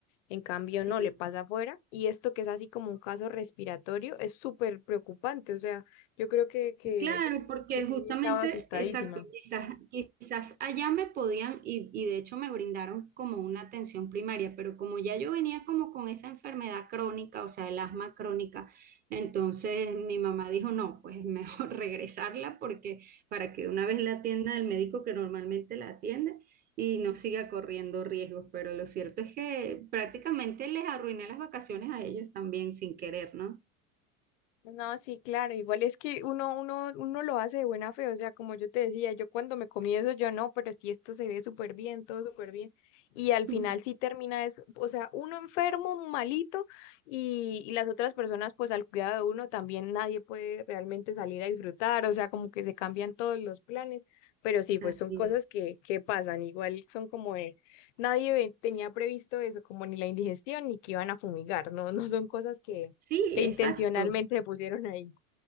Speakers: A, on the left; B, on the right.
A: En cambio,
B: sí.
A: no le pasa afuera. Y esto que es así como un caso respiratorio es súper preocupante. O sea, yo creo que, que,
B: Claro, porque
A: que Moni
B: justamente,
A: estaba asustadísima.
B: exacto, quizás, quizás allá me podían y, y de hecho me brindaron como una atención primaria, pero como ya yo venía como con esa enfermedad crónica, o sea, el asma crónica, entonces mi mamá dijo, no, pues es mejor <laughs> regresarla porque para que una vez la atienda el médico que normalmente la atiende y no siga corriendo riesgos, pero lo cierto es que prácticamente les arruiné las vacaciones a ellos también sin querer, ¿no?
A: No, sí, claro, igual es que uno, uno, uno lo hace de buena fe, o sea, como yo te decía, yo cuando me comí eso, yo no, pero si esto se ve súper bien, todo súper bien, y al
B: <laughs>
A: final sí termina es, o sea, uno enfermo, malito, y, y las otras personas, pues al cuidado de uno también nadie puede realmente salir a disfrutar, o sea, como que se cambian todos los planes, pero sí, pues
B: Así
A: son cosas
B: es.
A: que, que pasan, igual son como de, nadie ve- tenía previsto eso, como ni la indigestión, ni que iban a fumigar, no, <laughs> no son cosas que
B: Sí,
A: que intencionalmente
B: exacto.
A: se pusieron ahí.